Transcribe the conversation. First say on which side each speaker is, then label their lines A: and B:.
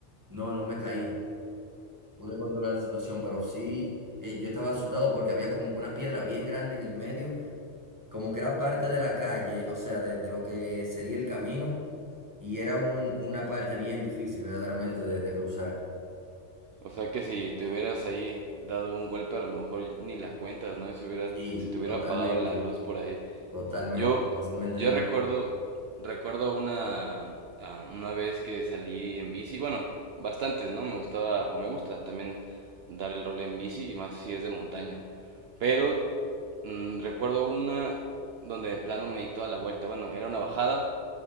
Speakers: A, on the right; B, on the right.
A: no, no me caí. Pude controlar la situación, pero sí, eh, yo estaba asustado porque había como que una piedra bien grande en el medio, como que era parte de la calle, o sea, de, de lo que sería el camino, y era un, una parte bien difícil verdaderamente de, de cruzar.
B: o sea que si te hubieras ahí dado un golpe a lo mejor ni la cuentas, ¿no? Y se hubiera,
A: Sí,
B: se te hubiera
A: totalmente,
B: apagado la luz por ahí.
A: totalmente,
B: Yo,
A: fácilmente
B: yo
A: ni la
B: recuerdo,
A: cuento.
B: recuerdo una, ah, una vez que salí en bici, bueno, bastantes, ¿no? Me gustaba, o me gusta también dar el rol en bici, y más si es de montaña. Pero mm, recuerdo una donde de plano me di toda la vuelta, bueno, era una bajada,